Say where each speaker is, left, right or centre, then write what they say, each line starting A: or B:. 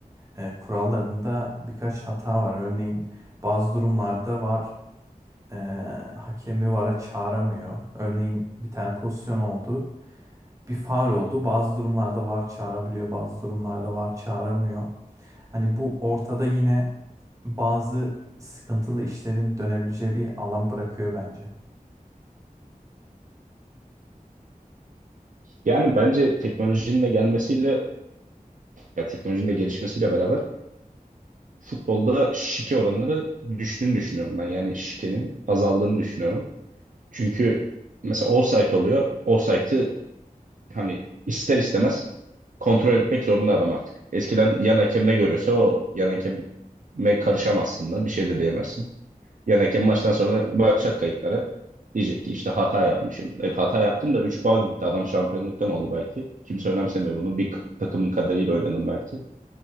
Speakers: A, on the right; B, on the right.
A: e, kurallarında birkaç hata var. Örneğin bazı durumlarda VAR e, hakemi VAR'a çağıramıyor. Örneğin bir tane pozisyon oldu. bir faul oldu. Bazı durumlarda VAR çağırabiliyor, bazı durumlarda VAR çağıramıyor. Hani bu ortada yine bazı sıkıntılı işlerin dönebileceği bir alan bırakıyor bence.
B: Yani bence teknolojinin de gelmesiyle, ya teknolojinin de gelişmesiyle beraber futbolda şike oranları düştüğünü düşünüyorum ben. Yani şikenin azaldığını düşünüyorum. Çünkü mesela offside oluyor. Offside'ı hani ister istemez kontrol etmek zorunda adam artık. Eskiden yan hakem ne görüyorsa o yan hakem'e me karışamazsın da bir şey de diyemezsin. Yani hakem maçtan sonra bakacak kayıtlara. Diyecek ki işte hata yapmışım. E, hata yaptın da 3 puan gitti. Adam şampiyonluktan oldu belki. Kimse önemsemiyor bunu. Bir k- takımın kadarıyla oynadım belki.